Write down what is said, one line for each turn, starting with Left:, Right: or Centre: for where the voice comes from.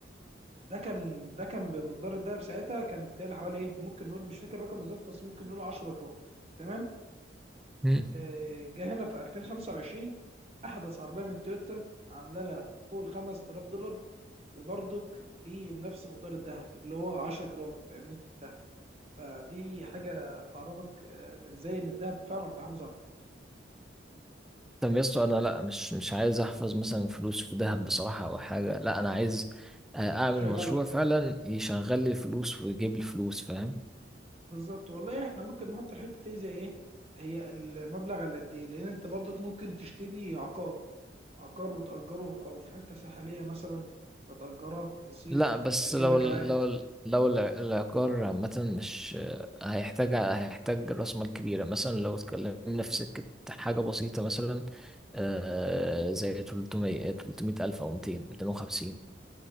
Right: ده كان ده كان بمقدار الدهب ساعتها كان بتهيألي حوالي إيه ممكن نقول مش فاكر الرقم بالظبط بس ممكن نقول 10 جرام تمام
Centre: مم.
Right: آه، جه هنا في 2025 أحدث عربية من تويوتا عاملة لها فوق ال 5000 دولار وبرضك بنفس مقدار الدهب اللي هو 10 جرام فاهمني فدي حاجة تعرفك آه، ازاي ان الذهب فعلا بيحافظ على الفلوس
Centre: طب يا اسطى انا لا مش مش عايز احفظ مثلا فلوس في ذهب بصراحه او حاجه لا انا عايز آه، اعمل
Right: شغالة
Centre: مشروع فعلا يشغل لي الفلوس ويجيب لي فلوس فاهم
Right: بالظبط والله احنا ممكن نحط الحتة دي زي ايه هي المبلغ على قد ايه لان انت برضك ممكن تشتري عقار عقار وتأجره او في حتة ساحلية مثلا فتأجرها في الصيف
Centre: لا بس
Right: فتجيب
Centre: لو
Right: لك
Centre: ال-
Right: عائد
Centre: لو ال- لو الع- العقار عامه مش آه، هيحتاج هيحتاج راس مال كبيره مثلا لو اتكلمنا في سكه حاجه بسيطه مثلا آه، زي 300 300 الف او 200 250